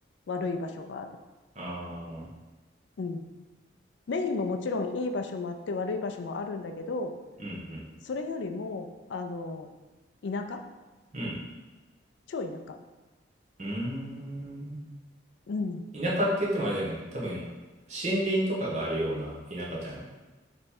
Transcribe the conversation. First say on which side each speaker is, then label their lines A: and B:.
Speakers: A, on the left; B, on the right.
A: 悪い場所がある。
B: ああ、
A: うん。メインももちろんいい場所もあって悪い場所もあるんだけど、
B: うんうん。
A: それよりも、あの、田舎
B: うん。
A: 超田舎
B: うーん。
A: うん。
B: 田舎って言ってもあれだよね。多分、森林とかがあるような田舎じゃない。